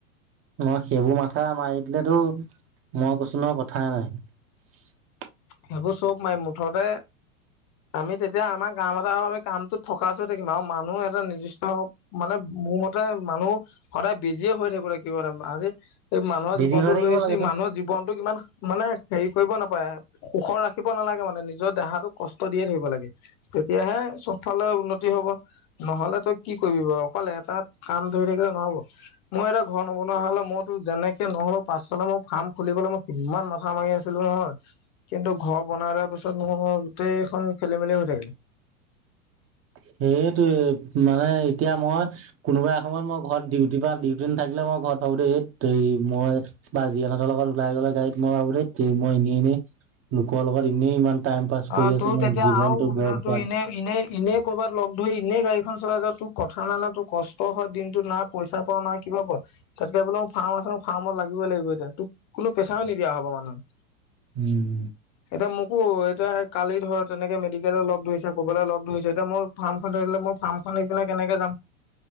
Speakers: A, on the right; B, on the left.
A: ন সেইবোৰ মাথা মাৰি দিলেতো মই কছোনৰ কথাই নাই। চি
B: সেইবোৰ চব মাই মুঠতে, আমি তেতিয়া আমাৰ গাঁও এটা হ আমি কামটোত থকাচৈ থাকিম আৰু মানুহ এটা নিৰ্দিষ্ট মানে, মোৰ মতে মানুহ সদায় বিজিয় হৈ থাকিল কিব আজি, এই মানুহৰ
A: বিজি
B: জীৱনটো
A: হৈ থাকিব
B: লৈ আহিছো
A: লাগেতো।
B: মানুহৰ জীৱনটোক ইমান মানে হেৰি কৰিব নাপায়। সুখৰ ৰাখিব নালাগে মানে নিজৰ দেহাটোক কষ্ট দিয়ে ধৰিব লাগে তেতিয়াহে স উন্নতি, হব নহলে তই কি কৰিব অকলে এটাত কাম ধৰি থাকিলে নহ'ব। মই এটা ঘৰ নবনা হলে মইতো যেনেকে নহ'ল পাছালত মোৰ ফাৰ্ম খুলিবলৈ মই কিমান মাথা মাৰি আছিলো। অ, কিন্তু ঘৰ বনাই লোৱাৰ পিছত মোৰ গোটেইখন খেলি মেলি হৈ থাকিলে।
A: সেইটোয়ে মানে এতিয়া মই কোনোবাই এ সময়ত মই ঘৰত ডিউটি পা ডিউটি নাথাকিলে মই, মই ঘৰত ভাবো দেই এই মই বাাজিয়ালহঁতৰ লগত ওলাই গলে গাড়ী মই ভাবো দেই মই এনেই এনেই, লোকৰ লগত এনেই ইমান। টাইম পাছ কৰি
B: অ
A: আছো
B: তোৰ
A: মোৰ
B: তেতিয়া
A: জীৱনটো
B: আৰুও
A: বৰবাদ।
B: তোৰ এনে এনে এনেই কৰ'বাত লগ, সেই ই এনেই গাড়ীখন চলাই যা তোৰ কথা নাই না তোৰ কষ্ট হয় দিনটোত নাই পইচা পাও না কিবা পাও তাতকে বোলে মোৰ ফাৰ্ম আ ফাৰ্মত লাগিবই লাগিব এতিয়া তোক কোনো পেছাও নিদিয়া হ'ব মানুহে,
A: উম,
B: এতিয়া মোকো, এতি কালি ধৰ তেনেকে মেডিকেললে লগ ধৰিছে, ক'ৰবাললৈ লগ ধৰিছে, এতিয়া মোৰ ফাৰ্মখন ধৰিলে মোৰ ফাৰ্মখন আহি পিনে কেনেকে কেনেকে যাম।